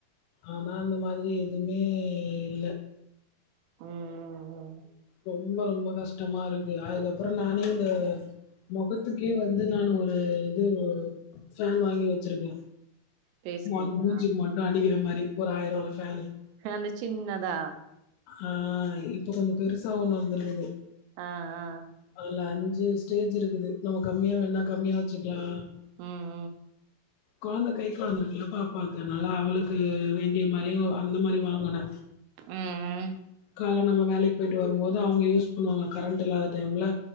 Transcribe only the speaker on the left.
ஆனா அந்த மாதிரி எதுமே இல்ல
ரொம்ப ரொம்ப கஷ்டமா இருக்கு அதுக்கப்பறோ நானே இந்த முகத்துக்கே வந்து நான் ஒரு இதுவ்வு ஃபேன் வாங்கி வச்சுருக்கே
மொன் மூஞ்சிக்கு மட்டு அடிக்கிற மாரி ஒரு ஆய்ரூவால ஃபேனு
ஆ இப்ப கொஞ்ச பெருசா ஒண்ணு வந்துருக்குது
அதுல அஞ்சு ஸ்டேஜ் இருக்குது நம்ம கம்மியா வேனுனா கம்மியா வச்சுக்கலா
கொழந்த கை கொழந்த இருக்குல்ல பாப்பாக்கு அதனால அவளுக்கு வேண் <unintelligible> மாரியோ அந்த மாரி வாங்கன
கால்ல நம்ம வேலைக்கு போயிட்டு வரும் போது அவங்க யூஸ் பண்ணுவாங்க கரண்ட் இல்லாத டைம்ல